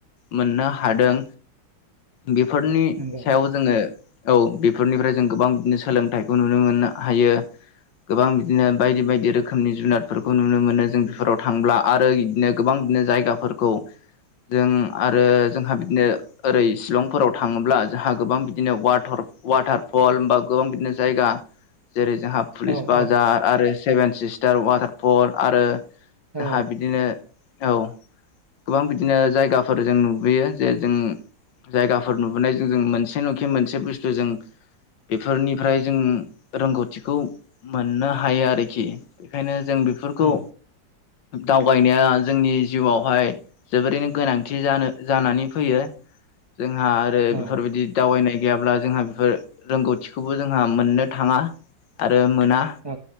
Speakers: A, on the left (about 80°); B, on the right (about 20°).
A: मोननो हादों बेफोरनि
B: नंगौ
A: सायाव जोङो औ बेफोरनिफ्राय जों गोबां बिदिनो सोलोंथाइखौ नुनो मोननो हायो। गोबां बिदिनो बायदि बायदि रोखोमनि जुनादफोरखौ नुनो मोनो जों बेफोराव थांब्ला आरो इदिनो गोबां बिदिनो जायगाफोरखौ। जों आरो जोंहा बिदिनो ओरै शिलंफोराव थाङोब्ला जोंहा गोबां बिदिनो वाटर वाटारफल ओमबा गोबां बिदिनो जायगा जेरै जोंहा पुलिस
B: औ
A: बाजार
B: औ
A: आरो सेभेन सिस्टार वाटारफल आरो जोंहा
B: औ
A: बिदिनो औ गोबां बिदिनो जायगाफोर जों नुबोयो जे जों जायगाफोर नुबोनायजों जों मोनसे न'खि मोनसे बुस्थु जों बेफोरनिफ्राय जों रोंगौथिखौ मोननो हायो आरोखि बेखायनो जों बेफोरखौ
B: औ
A: दावगायनाया जोंनि जिउआवहाय जोबोरैनो गोनांथि जानो जानानै फैयो जोंहा आरो
B: औ
A: बेफोरबायदि दावबायनाय गैयाब्ला जोंहा बेफोर रोंगौथिखौबो जोंहा मोननो थाङा आरो मोना
B: औ